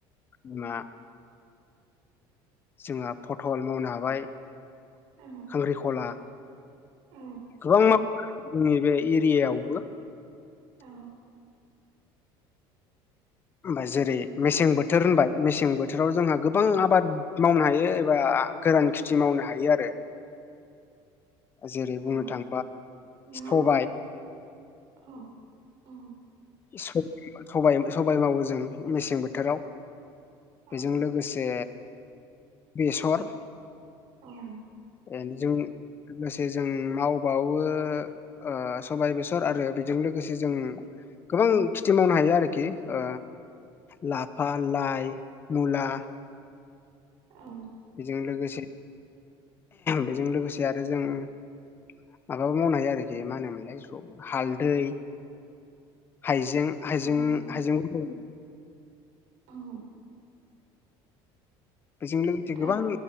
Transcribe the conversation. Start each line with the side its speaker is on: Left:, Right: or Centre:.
Left: बिमा जोंहा फटल मावनो हाबाय
Right: औ
Left: खांख्रिखला
Right: औ
Left: गोबां मा जोंनि बे एरियायावबो
Right: औ
Left: ओमफ्राय जेरै मेसें बोथोर होनबाय मेसें बोथोराव जोंहा गोबां आबाद मावनो हायो एबा गोरान खेथि मावनो हायो आरो जेरै
Right: औ
Left: बुंनो थाङोबा
Right: मा
Left: सबाय
Right: मा औ औ
Left: स सबाय सबाय मावो जों मेसें बोथोराव
Right: औ
Left: बेजों लोगोसे बेसर
Right: औ
Left: ए जों लोगोसे जों मावबावो ओ सबाय बेसर आरो बेजों लोगोसे जों गोबां खेथि मावनो हायो आरोखि ओ लाफा, लाइ, मुला
Right: औ
Left: बेजों लोगोसे बेजों लोगोसे आरो जों माबाबो मावनो हायो आरोखि मा होनोमोनलाय बेखौ हालदै हाइजें हाइजें
Right: औ नंगौ
Left: हाइजेंफोरखौ
Right: औ
Left: बेजों लोगोसे
Right: दा
Left: गोबां